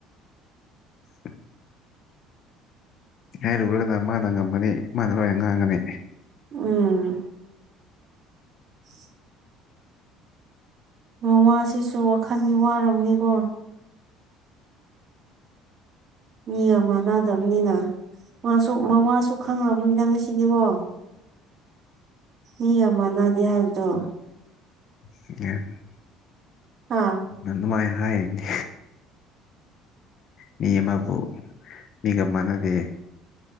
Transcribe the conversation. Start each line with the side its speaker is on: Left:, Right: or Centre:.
Left: <unintelligible> ꯍꯥꯏꯔꯨꯔꯒꯅ ꯃꯥꯅ ꯉꯝꯒꯅꯤ ꯃꯥꯅ ꯂꯣꯏꯅ ꯉꯥꯡꯒꯅꯤ
Right: ꯎꯝ <unintelligible> ꯃꯋꯥꯁꯤꯁꯨ ꯋꯥꯈꯟꯗꯤ ꯋꯥꯔꯕꯅꯤꯀꯣ ꯃꯤꯒ ꯑꯃꯥꯟꯅꯗꯕꯅꯤꯅ ꯃꯥꯁꯨ ꯃꯋꯥꯁꯨ ꯈꯪꯔꯝꯒꯅꯤꯅ ꯉꯁꯤꯗꯤꯀꯣ ꯒꯤꯒ ꯃꯥꯟꯅꯗꯦ ꯍꯥꯏꯕꯗꯣ
Left: <unintelligible>
Right: ꯍꯥꯥ
Left: ꯑꯗꯨꯃꯥꯏ ꯍꯥꯏꯔꯤꯅꯤ ꯃꯤ ꯑꯃꯕꯨ ꯃꯤꯒ ꯃꯥꯟꯅꯗꯦ